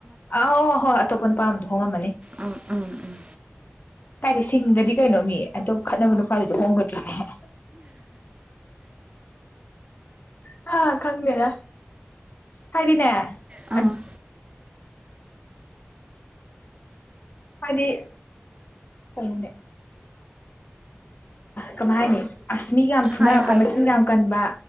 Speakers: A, on the left (about 45°); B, on the right (about 25°).
A: ꯑ ꯑꯍꯣꯏ ꯑꯇꯣꯞꯄ ꯅꯨꯄꯥ ꯑꯗꯣ ꯍꯣꯡꯉꯝꯃꯅꯤ
B: ꯎꯝ ꯎꯝ ꯎꯝ
A: ꯀꯥꯏꯗꯤ ꯁꯤꯡꯗꯗꯤ ꯀꯩꯅꯣ ꯃꯤ ꯑꯗꯨꯣ ꯈꯠꯅꯕ ꯅꯨꯄꯥꯗꯨꯗꯤ ꯍꯣꯡꯒꯗ꯭ꯔꯔꯤꯅꯦꯍ <unintelligible> ꯑ ꯈꯪꯗꯦꯗ ꯍꯥꯏꯗꯤꯅꯦ
B: ꯎꯝ
A: ꯑꯗꯨ ꯍꯥꯏꯗꯤ ꯀꯣꯅꯦ ꯀꯃꯥꯏ ꯍꯥꯏꯅꯤ ꯑꯁꯃꯤꯒ ꯌꯥꯝ ꯐꯨꯅꯔꯛꯄ
B: ꯍꯥꯏꯌꯣ ꯍꯥꯏꯌꯣ
A: ꯃꯆꯤꯟ ꯌꯥꯝ ꯀꯟꯕ